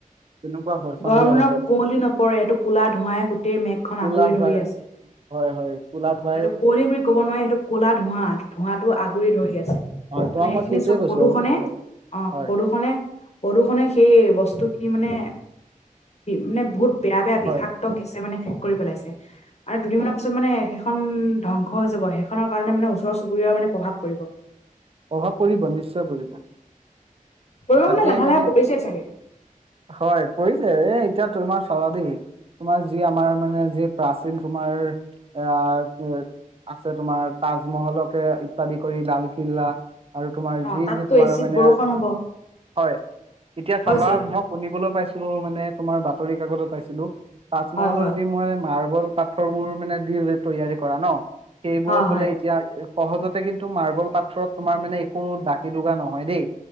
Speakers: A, on the right (about 40°); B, on the left (about 50°).
A: তেনেকুৱা হয় সন্ধিয়া
B: গৰম দিনত
A: ভাগত
B: কুঁৱলি নপৰে এইটো কোলা ধোঁৱাই গোটেই মেঘখন
A: কোলা
B: আগুৰি
A: ধুৱাই
B: ধৰি আছে
A: হয় হয় কোলা ধুৱা
B: হয় এইটো কুঁৱলি বুলি ক'ব নোৱাৰি সেইটো কলা ধোঁৱা ধোঁৱাটো আগুৰি ধৰি আছে
A: হয়
B: মানে
A: তোমাক মই
B: এইখিনি
A: সেইটোৱে
B: চব
A: কৈছো
B: প্ৰদূষণে
A: আৰু হয়
B: অ
A: হয়
B: প্ৰদূষণে প্ৰদূষণে সেই বস্তুখিনি মানে মানে বহুত বেয়া বেয়া বিষাদ
A: হয়
B: দম গেছে মানে শেষ কৰি পেলাইছে আৰে দুদিনমানৰ পিছত মানে সেইখন ধ্বংস হৈ যাব সেইখনৰ কাৰণে মানে ওচৰ চুবুৰীয়াৰ মানে প্ৰভাৱ পৰিব।
A: প্ৰভাৱ পৰিব নিশ্চয় পৰিব,
B: পৰিব
A: তাকে
B: লাহে লাহে
A: মানে
B: পৰিছেই চাগে
A: হয় পৰিছে এ এতিয়া তোমাৰ চাবাবিক তোমাৰ যি আমাৰ মানে যি প্ৰাচীন তোমাৰ আহ আছে তোমাৰ তাজমহলকে ইত্যাদি কৰি লালকিল্লা আৰু তোমাৰ
B: অ
A: যি
B: তাততো
A: যি তোমাৰ
B: এচিড
A: মানে,
B: বৰষুণ হব
A: হয় এতিয়া
B: হৈছে
A: চাবা মই শুনিবলৈ পাইছিলো মানে তোমাৰ বাতৰি কাকতত পাইছিলো, তাজমহলৰ
B: হয় হয়
A: যি মোৰ মাৰ্বল পাথৰবোৰ মানে দি তৈয়াৰী কৰা ন সেইবোৰত
B: হয় হয়
A: বোলে এতিয়া সহজতে কিন্তু মাৰ্বল পাথ্ৰৰত তোমাৰ মানে একো দাকি দুগা নহয় দেই,